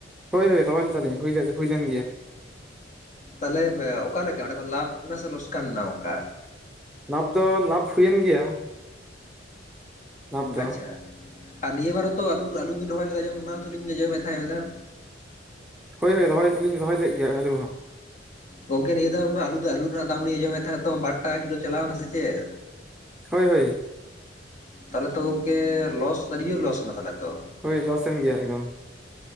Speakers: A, in the centre; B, on the left (about 40°).
A: ᱦᱳᱭ ᱦᱳᱭ ᱨᱚᱦᱚᱭ ᱞᱮᱫᱟᱞᱤᱧ ᱦᱩᱭ ᱞᱮᱱ ᱜᱮᱭᱟ
B: ᱛᱟᱦᱚᱞᱮ ᱚᱠᱟᱞᱮᱠᱟ ᱚᱸᱰᱮ ᱠᱷᱚᱱ ᱞᱟᱵᱷ ᱮᱱᱟ ᱥᱮ ᱞᱚᱥᱠᱟᱱ ᱮᱱᱟ ᱚᱱᱠᱟ
A: ᱞᱟᱵᱷ ᱫᱚ ᱞᱟᱵᱷ ᱦᱩᱭᱮᱱ ᱜᱮᱭᱟ ᱞᱟᱵᱷ ᱫᱚ
B: ᱟᱪᱪᱷᱟ ᱟᱨ ᱱᱤᱭᱟᱹ ᱵᱟᱨ ᱦᱚ ᱛᱚ ᱟᱞᱩ ᱟᱞᱩ ᱵᱤᱱ ᱨᱚᱦᱚᱭ ᱞᱮᱫᱟ ᱡᱮ ᱚᱱᱟ ᱛᱚᱞᱤᱧ ᱟᱸᱡᱚᱢᱮᱫ ᱛᱟᱦᱮᱸ ᱢᱤᱫ ᱫᱷᱟᱣ
A: ᱦᱳᱭ ᱦᱳᱭ ᱨᱚᱦᱚᱭ ᱫᱚ ᱞᱤᱧ ᱨᱚᱦᱚᱭ ᱞᱮᱜ ᱜᱮᱭᱟ ᱟᱞᱩ ᱦᱚ
B: ᱜᱚᱝᱠᱮ ᱱᱤᱭᱟᱹ ᱫᱷᱟᱣ ᱢᱟ ᱟᱞᱩ ᱫᱚ ᱟᱞᱩ ᱨᱮᱱᱟᱜ ᱫᱟᱢ ᱟᱸᱡᱚᱢᱮᱫ ᱛᱟᱦᱮᱸᱫ ᱛᱚ ᱵᱟᱨ ᱴᱟᱠᱟ ᱠᱤᱞᱳ ᱪᱟᱞᱟᱣ ᱮᱱᱟ ᱥᱮ ᱪᱮᱫ
A: ᱦᱳᱭ ᱦᱳᱭ
B: ᱛᱟᱦᱚᱞᱮ ᱛᱚ ᱜᱚᱝᱠᱮ ᱞᱚᱥ ᱟᱹᱰᱤ ᱡᱳᱨ ᱞᱚᱥ ᱮᱱᱟ ᱛᱟᱦᱚᱞᱮ ᱛᱚ
A: ᱦᱳᱭ ᱞᱚᱥ ᱮᱱ ᱜᱮᱭᱟ ᱮᱠᱫᱚᱢ